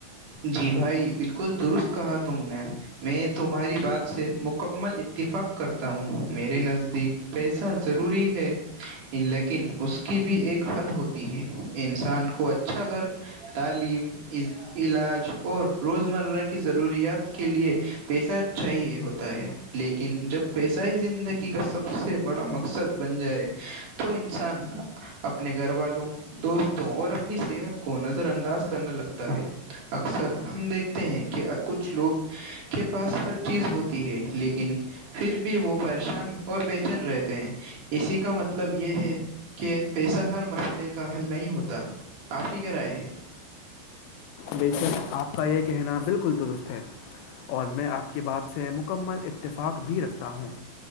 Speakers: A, on the right; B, on the left.
A: جی بھائی بلکل درست کہا تم نے میں تمہاری بات سے مکمل اتفاق کرتا ہوں میرے نزدیک پیسہ ضروری ہے لیکن اس کی بھی ایک حد ہوتی ہے انسان کو اچھا گھر تعلیم علاج اور روزمرہ کی ضروریات کے لیے پیسہ چاہیے ہوتا ہے لیکن جب پیسہ ہی زندگی کا سب سے بڑا مقصد بن جائے تو انسان اپنے گھر والوں دوستوں اور اپنی صحت کو نظر انداز کرنے لگتا ہے اکثر ہم دیکھتے ہیں کہ کچھ لوگ کے پاس ہر چیز ہوتی ہے لیکن پھر بھی وہ پریشان اور بےچین رہتے ہیں اسی کا مطلب یہ ہے کہ پیسہ ہر مسئلے کا حل نہیں ہوتا آج کی کیا رائے ہے
B: بے شک آپ کا یہ کہنا بلکل درست ہے اور میں آپ کی بات سے مکمل اتفاق بھی رکھتا ہوں